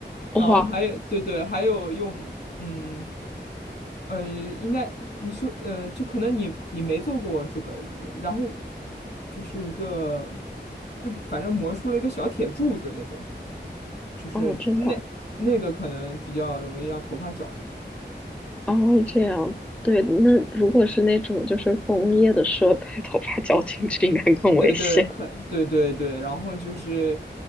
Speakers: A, on the left; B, in the centre.
A: 然后还有对对，
B: 哇
A: 还有用嗯呃，应该你说呃，就可能你你没做过这个，然后就是一个就反正磨出了一个小铁柱子那种，就是那那个可能比较容易让头发绞。
B: 哦，真的。哦，这样，对，那如果是那种就是工业的设备，头发绞进去应该更危险。
A: 对对，很对对对，然后就是